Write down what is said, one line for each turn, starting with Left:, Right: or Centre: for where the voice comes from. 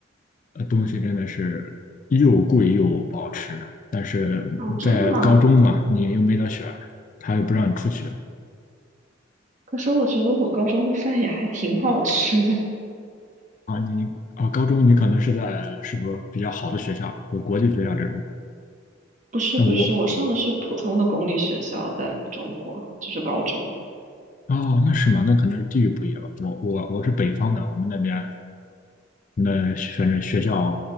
Left: 呃东西真的是又贵又不好吃，但是在高中嘛，
Right: 哦，真的吗？
Left: 你又没得选，他又不让你出去
Right: 可是我觉得我高中的饭也还挺好吃的。<laughs>
Left: 啊，你啊高中你可能是在是不是比较好的学校，有国际学校这种，
Right: 不是不是，
Left: 那我
Right: 我上的是普通的公立学校，在中国就是高中。
Left: 啊，那是嘛，那可能是地域不一样吧。我我我是北方的，我们那边那反正学校